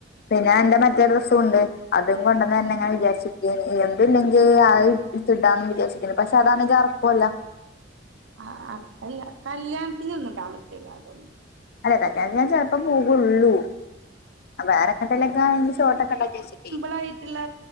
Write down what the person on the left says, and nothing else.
പിന്നെ ഞാനന്റെ മറ്റേ ഡ്രെസ്സുംണ്ട് അതും കൊണ്ടന്ന് തരണംന്ന് ങ്ങനെ വിചാരിച്ചിരിക്കെന്ന് ഇത്ണ്ടെങ്കി അതെടുത്ത് ഇടാന്ന് വിചാരിച്ചിരിക്കെന്ന് പക്ഷെ അതാണെങ്കിൽ ഇറക്കുല്ല
അല്ല കല്യാണത്തിന് ഞാൻ ചെലപ്പം പോകള്ളൂ വേറെ എങ്ങട്ടലൊക്കെ ഷോട്ടക്കെ ഇടാവിചാരിച്ചിട്ടേ